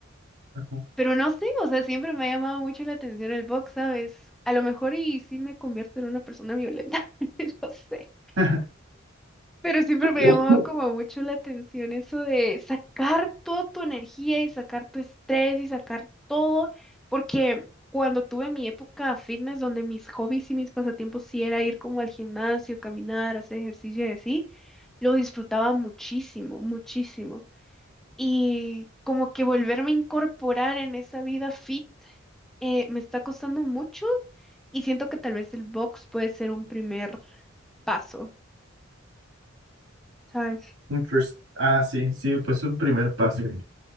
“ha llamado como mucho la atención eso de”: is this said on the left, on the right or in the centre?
Centre